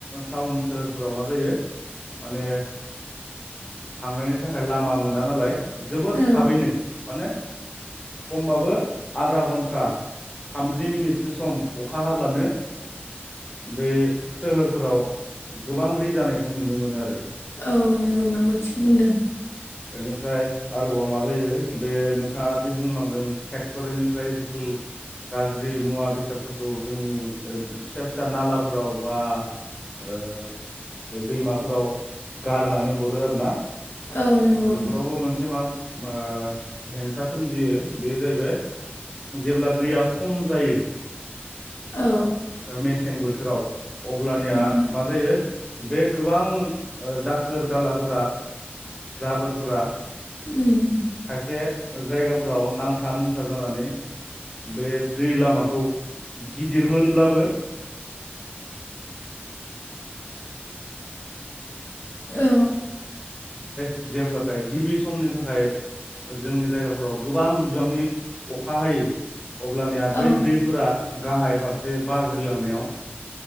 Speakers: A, on the left (about 15°); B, on the left (about 80°).
A: टाउन सोहोर फोराव मा जायो माने थांनायनि ओ लामा मोना नालाय जोबोर
B: औ
A: थाबैनो माने खमबाबो आधा घन्टा थामजि मिनिटसो सम अखा हाब्लानो बे सोहोरफोराव गोबां बै जानायखौ नुनो मोनो आरो
B: औ नंगौ नंगौ थिग
A: औ।
B: बुंदों
A: बेनिफ्राय आरोबाव मा जायो बे नोंथाङा दि बुंलांदों फेक्टरिनिफ्राय जिथु गाज्रि मुवा बेसादफोरखौ जोंनि ओ फिसा फिसा नालाफोराव बा ओ बे दैमाफोराव गारनानै हरो आरो ना।
B: औ नंगौ
A: बेफोरावबो मोनसे मा मो हेंथा सोमजियो बे जाहैबाय जेब्ला दैया खम जायो मेसें
B: औ
A: ओ मेसें बोथोराव। अब्लानिया
B: उम
A: मा जायो बे गोबां ओ दा खोर दालाफोरा जाबोरफोरा
B: उम
A: खायसे जायगाफोराव नांथा-नुंथा जानानै बे दै लामाखौ गिदिरमोनब्लाबो
B: औ
A: जेब्लाथाय गिबि समनि थाखाय ओ जोंनि जायगाफोराव गोबां बिबांनि अखा हायो। अब्लानिया
B: औ
A: बै दैफोरा गाहाय फारस जे बाग्रिलांनायाव